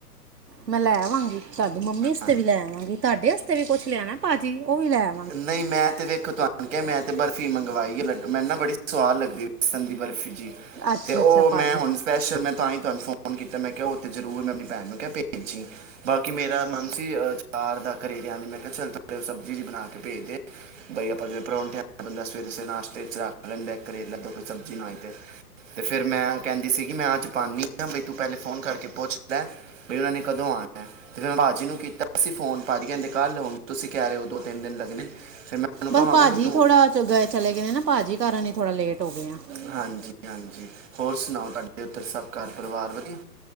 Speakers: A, on the right; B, on the right.
A: ਮੈਂ ਲੈ ਆਵਾਂਗੀ ਤੁਆਡੀ ਮੰਮੀ ਆਸਤੇ
B: ਹਾਂ।
A: ਵੀ ਲੈ ਆਵਾਂਗੀ। ਤੁਆਡੇ ਆਸਤੇ ਵੀ ਕੁਛ ਲਿਆਣਾ ਭਾਜੀ ਓ ਵੀ ਲੈ
B: ਨਈਂ ਮੈਂ ਤੇ ਵੇਖੋ ਤੁਆ ਕਿ ਮੈਂ ਤੇ ਬਰਫੀ ਮੰਗਵਾਈ ਏ ਲੱਡੂ ਮੈਨੂੰ ਨਾ ਬੜੀ ਸੁਆਦ ਲੱਗਦੀ ਬੇਸਨ ਦੀ ਬਰਫੀ। ਜੀ
A: ਅੱਛਾ
B: ਤੇ ਓ
A: ਅੱਛਾ ਭਾਜੀ
B: ਮੈਂ ਹੁਣ ਸਪੈਸ਼ਲ ਮੈਂ ਤਾਂ ਈ ਤੁਆਨੂੰ ਫੋਨ ਕੀਤਾ ਮੈਂ ਕਿਆ ਓ ਤੇ ਜ਼ਰੂਰ ਮੈਂ ਆਪਣੀ ਭੈਣ ਨੂੰ ਕਿਆ ਭੇਜੀ। ਬਾਕੀ ਮੇਰਾ ਮਨ ਸੀ ਆਚਾਰ ਦਾ ਕਰੇਲਿਆਂ ਦੇ ਮੈਂ ਕਿਆ ਚੱਲ ਸਬਜ਼ੀ ਜੀ ਬਣਾ ਕੇ ਤੇ ਭੇਜਦੇ ਬਾਈ ਆਪਾਂ ਜਿਵੇੰ ਪਰੋਂਠੇਆਂ ਬੰਦਾ ਸਵੇਰੇ-ਸਵੇਰੇ ਨਾਸ਼ਤੇ ਚ ਰ ਖਾ ਲੈਂਦਾ ਏ ਕਰੇਲਾ ਜਦੋਂ ਕੋਈ ਸਬਜ਼ੀ ਨੀ ਆਈ ਤੇ। ਤੇ ਫੇਰ ਮੈਂ ਓ ਕੈਂਦੀ ਸੀਗੀ ਮੈਂ ਅੱਜ ਪਾਨੀ ਆਂ ਬਈ ਤੂੰ ਪੈਲੇ ਫੋਨ ਕਰਕੇ ਪੁੱਛ ਲੈ। ਬੀ ਓਨਾਂ ਨੇ ਕਦੋਂ ਆਣਾ ਏ? ਤੇ ਫਿਰ ਮੈਂ ਭਾਜੀ ਨੂੰ ਕੀਤਾ ਸੀ ਫੋਨ ਭਾਜੀ ਕੈਂਦੇ ਕੱਲ ਹੁਣ ਤੁਸੀਂ ਕੈਅ ਰਏ ਓ ਦੋ-ਤਿੰਨ ਦਿਨ ਲੱਗਣੇ ਫਿਰ ਮੈਂ ਉਹਨੂੰ ਕਹਾਂਗਾ
A: ਬਸ ਭਾਜੀ
B: ਵੀ ਤੂੰ
A: ਥੋੜਾ ਚ ਗਏ ਚਲੇ ਗਏ ਨੇ ਨਾ ਭਾਜੀ ਕਾਰਨ ਈ ਥੋੜਾ ਲੇਟ ਹੋ ਗਏ ਆਂ।
B: ਹਾਂਜੀ-ਹਾਂਜੀ, ਹੋਰ ਸੁਣਾਓ ਤੁਆਡੇ ਓਦਰ ਸਬ ਘਰ ਪਰਿਵਾਰ ਵਦੀਆ?